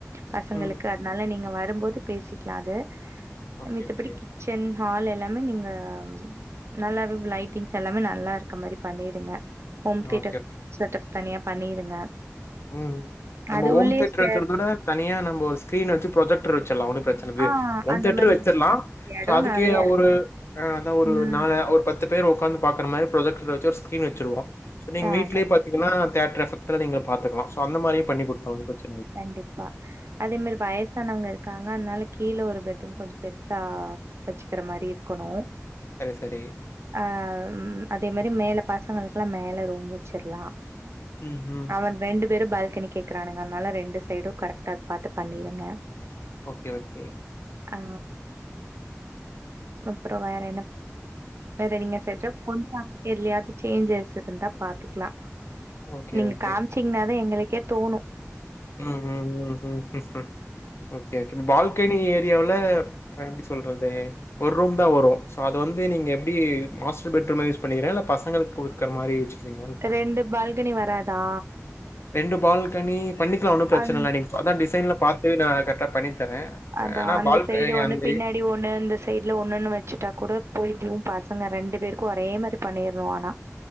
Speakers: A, on the right; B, on the left.
A: பசங்களுக்கு
B: ம்
A: அதுனால நீங்க வரும்போது பேசிக்லா அது
B: ஓகே
A: மித்தபடிக்கி
B: ஓகே
A: கிச்சன் ஹால் எல்லாமே நீங்க ம் நல்லாவே லைட்டிங்ஸ் எல்லாமே நல்லா இருக்க மாரி பண்ணிருங்க home theatre
B: okay okay
A: setup தனியா பண்ணிருங்க
B: ம் நம்ப
A: அது
B: ஹோம்
A: உள்ளயே
B: தியேட்டர்
A: ஸ்டேர்
B: இருக்குறத வுட தனியா நம்ப ஒரு ஸ்கிரீன் வச்சு ப்ரொஜெக்டர் வச்சுர்லா ஒன்னு ப்ச்சனை எத்தன பேர்
A: ஆ
B: ஹோம்
A: அந்த
B: தேட்டரு
A: மாரி
B: வச்சிர்லா
A: இடம்
B: சோ அதுக்கு
A: நெறைய இருக்கு.
B: ஒரு அ அதா ஒரு
A: ம்.
B: நால ஒரு பத் பத்து பேரு உக்காந்து பாக்குற மாரி ப்ரொஜெக்டர வச்சு ஒரு ஸ்கிரீன் வச்சுருவோ நீங்க
A: ஆ
B: வீட்லயே
A: கண்டிப்பா.
B: பாத் தீங்கனா தேட்ரு எபெக்ட்ல நீங்க பாத்துக்கலா சோ அந்த மாதிரியு பண்ணி குடுத்துர்லா ஒன்னு ப்ரச்சன
A: கண்டிப்பா அதே மாரி வயசானவுங்க இருக் இருக்காங்க அதுனால கீழ ஒரு பெட்ரூம் கொஞ்ச பெருசா வச்சுக்குற மாரி இருக்கணு
B: சரி சரி
A: ஆ அதே மாரி மேல பசங்களுக்குல்லா மேல ரூம் வச்சுர்லா
B: ம்ஹ்ம்.
A: அவன் ரெண்டு பேரும் பால்கனி கேக்குறானுங்க நல்லா ரெண்டு சைடும் கரெக்டா பாத்து பண்ணிருங்க
B: ஓகே ஓகே
A: ஆ அப்றோ வேற என்னப் வேற நீங்க செச்ச கொண்டு வாங்க கொஞ்ச எதுலையாது சேஞ்சஸ் இருந்தா பாத்துக்லா
B: ஓகே,
A: நீங்க
B: ஓகே.
A: காமிச்சிங்னாதா எங்களுக்கே தோணு
B: ம் ம் ம் ம் ம் ஓகே ஓகே பால்கனி ஏரியாவுல நா எப்டி சொல்றது ஒர் ரூம்தா வரு சோ அது வந்து நீங்க எப்டி மாஸ்டர் பெட்ரூம்மா யூஸ் பண்ணிக்கிற இல்ல பசங்களுக்கு குடுக்குற மாரி யோசிக்கிறீங்களான்னு கேட்டே
A: ரெண்டு பால்கனி வராதா
B: ரெண்டு பால்கனி பண்ணிக்லா ஒன்னு ப்ரச்சன
A: அந்
B: இல்ல நீங்க அதா டிசைன்ல பாத்து நா கரெக்டா பண்ணி தரே
A: அதா
B: ஆனா
A: அந்த
B: பால்கனி
A: சைடு ஒண்ணு
B: அந்த
A: பின்னாட் னாடி ஒண்ணு இந்த சைட்ல ஒண்ணுன்னு வச்சுட்டா கூட போயித்து பசங்க ரெண்டு பேருக்கு ஒரே மாரி பண்ணீர்னு ஆனா